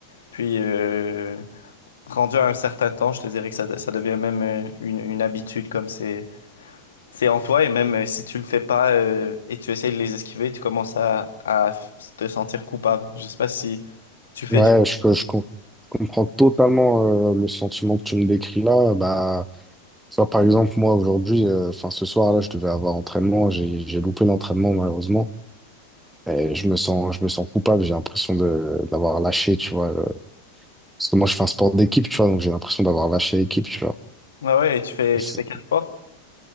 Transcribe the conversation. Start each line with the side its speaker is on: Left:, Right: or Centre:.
Left: Puis, euh, rendu à un certain temps, je te dirais que ça, de- ça devient même euh, une, une habitude comme c'est c'est en toi. Et même euh, si tu le fais pas euh, et tu essayes de les esquiver, tu commences à, à f- te sentir coupable. Je sais pas si tu fais
Centre: Ouais,
Left: du...
Centre: je, je, com- je comprends totalement euh, le sentiment que tu me décris là. Bah, Tu vois, par exemple, moi, aujourd'hui, euh, enfin, ce soir, là, je devais avoir entraînement. J'ai, j'ai loupé l'entraînement, malheureusement. Et je me sens, je me sens coupable. J'ai l'impression de, d'avoir lâché, tu vois. euh, Parce que moi, je fais un sport d'équipe, tu vois. Donc, j'ai l'impression d'avoir lâché l'équipe, tu vois.
Left: Ah ouais, et tu fais,
Centre: C'est
Left: tu fais quatre sports?